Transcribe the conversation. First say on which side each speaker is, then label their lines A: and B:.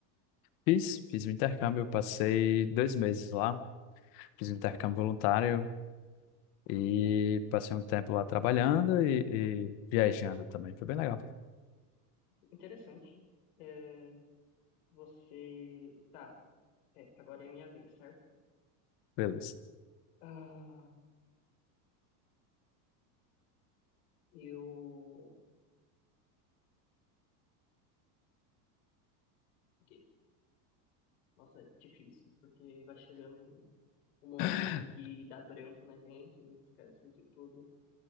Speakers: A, on the left (about 40°); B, on the left (about 75°).
A: Fiz, fiz um intercâmbio, eu passei dois meses lá, fiz um intercâmbio voluntário e passei um tempo lá trabalhando e, e viajando também. Foi bem legal.
B: Interessante. É, você. Tá, é, agora é minha vez, certo?
A: Beleza.
B: Ah, eu. Ok, nossa, é difícil, porque vai chegando um momento
A: <laughs>
B: que dá branco na gente, a gente esquece de tudo.